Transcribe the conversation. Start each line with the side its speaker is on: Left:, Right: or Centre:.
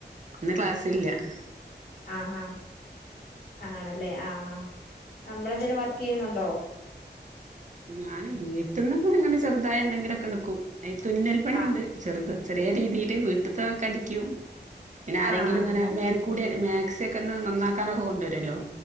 Right: ഇന്ന് ക്ലാസ്സില്ല. ഹ്
Left: ആഹാ അ ആണല്ലേ ആഹാ നമ്മളെന്തേലും വർക്കീയ്യുന്നുണ്ടോ?
Right: ഞാന് വീട്ടിൽന്ന്ഹ് ങ്ങനെ ചെറ്തായെന്തെങ്കിലൊക്കെഇട്ക്കും എ തുന്നൽപ്പണിണ്ട്.
Left: ആ
Right: ചെറ്ത് ചെറേ രീതില് വ ഉട്ട്ത്തോക്കെ അടിയ്ക്കും പിന്നെ ആരെങ്കിലുങ്ങനെ
Left: ആ അങ്ങനെ
Right: മേൽക്കൂടി അ മാക്സ്യോകൊന്ന് നന്നാക്കാനൊക്കെ കൊണ്ടേരോല്ലോ